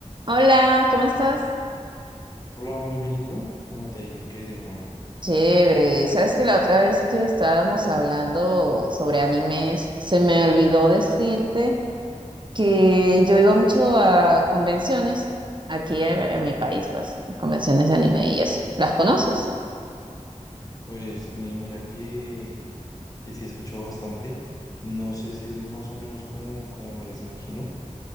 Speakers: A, on the right (about 40°); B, on the left (about 30°).
A: Hola, ¿cómo estás?
B: Hola, muy bien, ¿y tú? ¿Cómo te ha ido? ¿Qué hay de nuevo?
A: Chévere, sabes que la otra vez que estábamos hablando sobre animes, se me olvidó decirte que yo iba mucho a convenciones aquí en, en mi país, pues, convenciones de anime y eso. ¿Las conoces?
B: Pues mi- mira que, que sí he escuchado bastante. No sé si es más o menos como, como me las imagino,